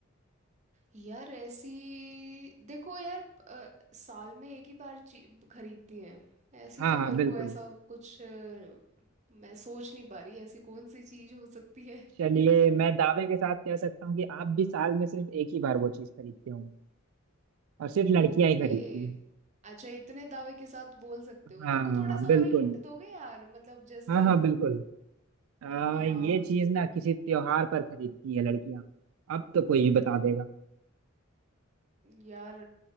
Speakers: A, on the right; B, on the right.
A: यार ऐसी देखो यार अ, साल में एक ही बार ची- खरीदती हैं ऐसी
B: हाँ
A: तो
B: हाँ
A: मेरे
B: बिल्कुल
A: को ऐसा कुछ अ, मैं सोच नहीं पा रही ऐसी कौन सी चीज हो सकती है
B: चलिए मैं दावे के साथ कह सकता हूँ कि आप भी साल में सिर्फ एक ही बार वो चीज खरीदते होंगे और सिर्फ लड़कियां
A: ओके
B: ही खरीदती है
A: अच्छा इतने दावे के साथ बोल सकते हो
B: हाँ
A: तो को थोड़ा सा
B: बिल्कुल
A: और हिंट दोगे यार मतलब जैसे
B: हाँ हाँ बिल्कुल आ,
A: हाँ
B: ये चीज ना किसी त्योहार पर खरीदती है लड़कियां अब तो कोई भी बता देगा
A: यार